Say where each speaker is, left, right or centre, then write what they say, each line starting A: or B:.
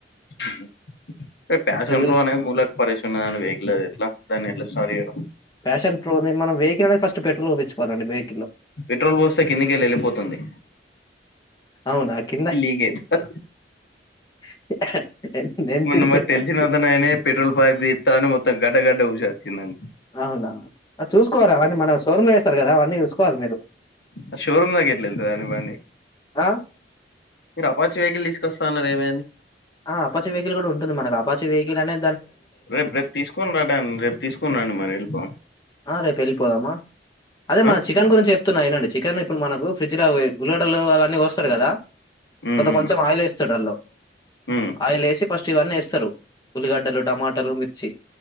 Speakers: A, on the left (about 70°); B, on the left (about 25°).
A: <unintelligible> అంటే పాషన్
B: చూస్
A: ప్రో ములక్ పరేషిండ్ అయిన వెహికిల్ అది ఎట్ల దాన్ని ఎట్ల స్టార్ట్ చేయను
B: ఫ్యాషన్ ప్రోని మనం వెహికిల్ అనే ఫస్ట్ పెట్రోల్ పోపించుకోవాలండి వెహ్
A: పెట్రోల్ పోస్తే కిందికెళ్ళి ఏళ్ళిపోతుంది
B: అవునా! కింద
A: లీకయుతుందా
B: <unintelligible> ఎంసీలు
A: మొన్న మాకు
B: పెట్టాలండి.
A: తెలిసినతనయినే పెట్రోల్ పైప్ తీత్తాని మొత్తం గడ్డ గడ్డ ఊసోచ్చిందండీ
B: అవునా చూసుకోవాలి మల్ల అవన్నీ మన షోరూమ్ లా చేస్తారు కదా అవన్నీ చూసుకోవాలి మీరు
A: ఆ షోరూమ్ లోకి ఎట్ల ఎల్థాదండి బండి
B: ఆ!
A: మీరు అపాచి వెహికల్ తీసుకొస్ స్తన్నారు ఏమైంది
B: ఆ అపాచీ వెహికల్ కూడా ఉంటది మనకు అపాచీ వెహికల్ అనే
A: రేప్ రేపు తీసుకోని రండి రేపు తీసుకోని రండి మరి ఎల్లిపొందాం
B: ఆ రేపు వెళ్ళిపోదామా అదే మన
A: ఆ!
B: చికెన్ గురించి చెప్తున్నా ఇనండి చికెన్ ఇప్పుడు మనకు ఫ్రిడ్జ్ లా అవి ఉల్లిగడ్డలు అవన్నీ కోస్తారు కదా
A: హ్మ్.
B: ఫ్రీ అంత
A: హ్మ్.
B: కొంచం ఆయిల్ వేస్తాడు అల్లో
A: హ్మ్.
B: ఆయిల్ ఏసి ఫస్ట్ ఇవన్నీ వేస్తరు ఉల్లిగడ్డలు, టమాటాలు, మిర్చి